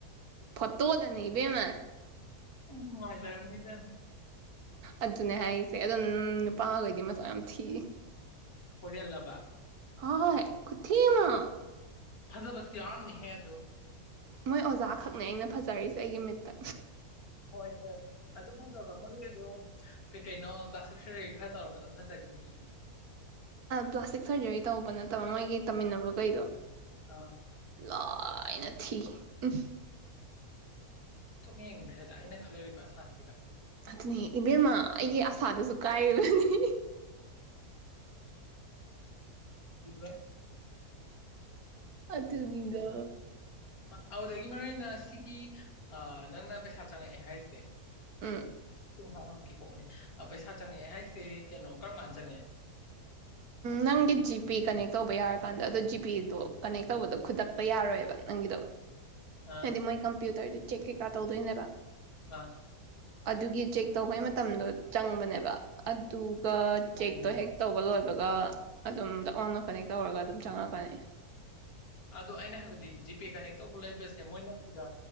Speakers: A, on the right; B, on the left.
A: ꯐꯠꯇꯣ ꯀꯗ ꯅ ꯏꯕ ꯃꯥ
B: ꯅꯨꯡꯉ ꯁꯔꯝꯅꯤꯗ
A: ꯑꯗꯨꯅꯦ ꯍꯥꯏꯔꯤꯁꯦ ꯑꯗꯨꯝ ꯅꯨꯄꯥꯈꯣꯏꯗꯤ ꯃꯆꯥ ꯌꯥꯝ ꯊꯤ
B: ꯀꯂꯕ
A: ꯍ ꯍꯣꯏ ꯍ ꯈꯨꯊꯃ
B: ꯐꯖꯕꯁꯨ ꯌꯥꯝꯅꯤꯍꯦ ꯑꯗꯨ
A: ꯃꯣꯏ ꯑꯣꯖꯥ ꯈꯛꯅꯦ ꯑꯩꯅ ꯐꯖꯔꯤꯁꯦ ꯑꯩꯒꯤ ꯃꯤꯠꯇ
B: ꯍꯣꯏ ꯍꯣꯏ ꯑꯗꯨ ꯐꯕ ꯃꯣꯏꯒꯤꯗꯣ ꯀꯩ ꯀꯩꯅꯣ ꯄ꯭ꯂꯥꯁꯇꯤꯛ ꯁꯔꯔꯤ ꯈꯔ ꯇꯧꯔꯒ ꯑꯗꯨꯝ ꯐꯖꯈꯤꯅꯤ
A: ꯄ꯭ꯂꯥꯁꯇꯤꯛ ꯁꯔꯖꯔꯤ ꯇꯧꯕ ꯅꯠꯇꯕ ꯃꯣꯏꯒꯤ ꯇꯝꯃꯤꯟꯅꯕ ꯀꯩꯗꯣ
B: ꯑꯥ
A: ꯊꯥꯏꯅ ꯊꯤ ꯎꯝ
B: ꯊꯣꯛꯅ ꯌꯦꯡꯅꯤꯡꯈ꯭ꯔꯦꯗ ꯑꯩꯅ ꯈꯜꯂꯣꯔꯤꯕ ꯑꯁꯥꯁꯤꯒ
A: ꯑꯗꯅꯦ ꯏꯕꯦꯝꯃ ꯑꯩ ꯑꯁꯗꯁꯨ ꯀꯥꯏꯕꯅꯤ
B: ꯕ ꯎ
A: ꯑꯗꯨ ꯑꯗꯨꯅꯤꯒ
B: ꯑꯗꯨꯗꯒꯤ ꯃꯔꯨ ꯑꯣꯏꯅ ꯁꯤꯒꯤ ꯅꯪꯅ ꯄꯩꯁꯥ ꯆꯪꯉꯛꯑꯦ ꯍꯥꯏꯁꯦ
A: ꯎꯝ
B: ꯍꯔꯉꯛꯀꯦ ꯀꯣꯛꯅꯦ ꯄꯩꯁꯥ ꯆꯪꯉꯛꯑꯦ ꯍꯥꯏꯁꯦ ꯀꯩꯅꯣ ꯀꯔꯝ ꯀꯥꯟ ꯆꯪꯉꯛꯦ
A: ꯅꯪꯗꯤ ꯖꯤꯄꯦ ꯀꯅꯦꯛ ꯇꯧꯕ ꯌꯥꯔꯦ ꯂ ꯀꯥꯟꯗ ꯑꯗꯣ ꯖꯤꯄꯦꯗꯣ ꯀꯅꯦꯛ ꯇꯧꯕꯗꯣ ꯈꯨꯗꯛꯄ ꯌꯥꯔꯣꯏꯑꯕ ꯅꯪꯒꯤꯗꯣ
B: ꯑꯥ
A: ꯑꯗꯤ ꯃꯣꯏ ꯀꯝꯄ꯭ꯨꯇꯔꯗꯤ ꯆꯦꯛ ꯀꯩꯀꯥ ꯇꯧꯗꯣꯏꯅꯦꯕ
B: ꯑꯥ
A: ꯑꯗꯨꯒꯤ ꯆꯦꯛ ꯇꯧꯕꯩ ꯃꯇꯝꯗꯣ ꯆꯪꯕꯅꯦꯕ ꯑꯗꯨꯒ
B: ꯌꯥꯝꯃꯤꯕ
A: ꯆꯦꯛꯇꯣ ꯍꯦꯛ ꯇꯧꯕ ꯂꯣꯏꯕ ꯑꯗꯨꯒ ꯑꯗꯨꯝ ꯗꯛ ꯂꯣꯅ ꯀꯅꯦꯛ ꯇꯧꯔꯒ ꯑꯗꯨꯝ ꯆꯪꯉꯛꯀꯅꯤ
B: ꯑꯗꯣ ꯑꯩꯅ ꯍꯥꯏꯕꯗꯤ ꯖꯤꯄꯦ ꯀꯅꯦꯛ ꯇꯧꯕ ꯂꯩꯕꯁꯦ ꯃꯣꯏꯅ ꯁꯤꯗ